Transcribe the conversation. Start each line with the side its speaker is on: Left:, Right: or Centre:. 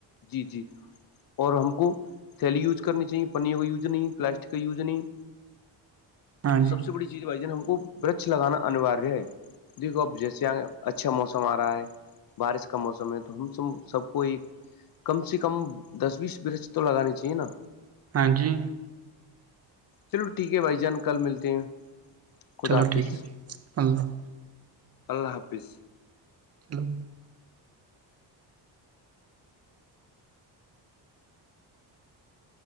Left: جی جی اور ہم کو تیلی یوز کرنی چاہیے پنیوں کا یوج نہیں پلاسٹک کا یوز نہیں
Right: ہاں
Left: اور
Right: جی
Left: سب سے بڑی چیز بھائی جان ہم کو برچ لگانا انواریہ ہے دیکھو اب جیسے آ اچھا موسم آ رہا ہے بارش کا موسم ہے تو ہم س سب کو ایک کم سے کم دس بیس برج تو لگانی چاہیے نا
Right: ہاں جی
Left: چلو ٹھیک ہے بھائی جان کل ملتے ہیں خدا
Right: چلو
Left: حافظ
Right: ٹھیک ہے اللہ
Left: اللہ حافظ
Right: چلو